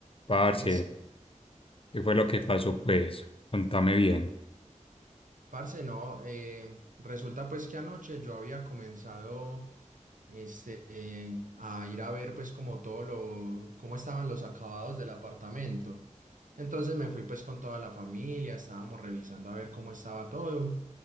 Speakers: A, on the left (about 45°); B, on the right (about 85°).
A: Parce,
B: Es,
A: ¿qué fue lo que pasó, pues? Contame bien.
B: parce, no, eh, resulta pues que anoche yo había comenzado este, a ir a ver pues como todo lo, cómo estaban los acabados del apartamento. Entonces me fui pues con toda la familia, estábamos revisando a ver cómo estaba todo